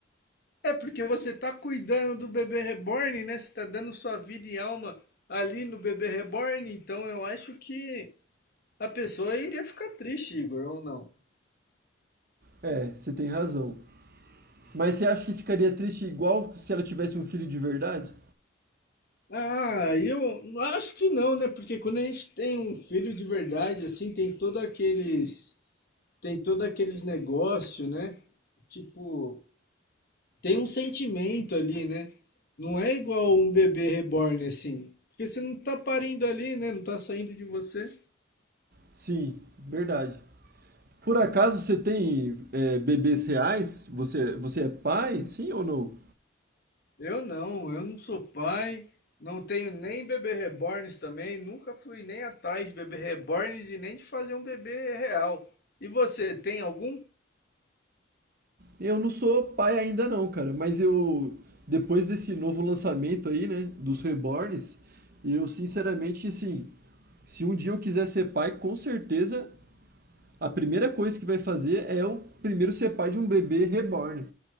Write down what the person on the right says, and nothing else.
É, você tem razão. Mas você acha que ficaria triste igual se ela tivesse um filho de verdade?
Sim, verdade. Por acaso você tem é, bebês reais? Você, você é pai? Sim ou não?
Eu não sou pai ainda não, cara, mas eu depois desse novo lançamento aí, né, dos Reborns, eu sinceramente assim, se um dia eu quiser ser pai, com certeza a primeira coisa que vai fazer é eu primeiro ser pai de um bebê reborn.